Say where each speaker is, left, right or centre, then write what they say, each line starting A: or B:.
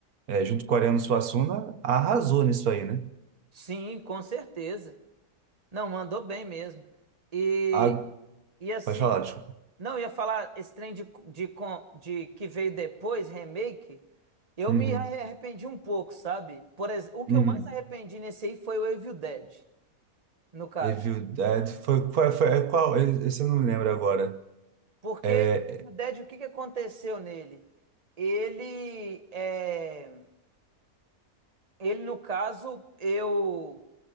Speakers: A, on the right; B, on the right.
A: é, junto com o Ariano Suassuna, arrasou nisso aí, né?
B: Sim, com certeza. Não, mandou bem mesmo. E,
A: A,
B: e assim,
A: pode falar, desculpa.
B: não eu ia falar esse trem de, de, com- de que veio depois, remake, eu
A: Uhum,
B: me arre- arrependi um pouco, sabe? Por exemplo, o que
A: uhum.
B: eu mais arrependi nesse aí foi o Evil Dead, no caso.
A: Evil Dead foi, foi, foi é qual? Esse eu não lembro agora.
B: Porque
A: É,
B: o Evil
A: é,
B: Dead, o que que aconteceu nele? Ele é, ele no caso, eu,